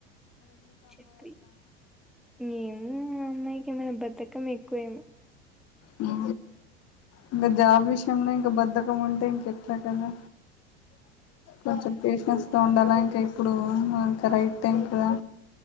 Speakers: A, in the centre; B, on the left (about 45°).
A: చెప్పి. ఏమో, ఆ అమ్మాయికి ఏమన్న బద్దకం ఎక్కువేమో!
B: మ్ ఇంగ జాబ్ విషయంలో ఇంక బద్దకం ఉంటే, ఇంకెట్ల కదా! కొంచం పేషన్స్ తో ఉండాల ఇం క ఇప్పుడు ఇన్ ఇంక రైట్ టైం కదా!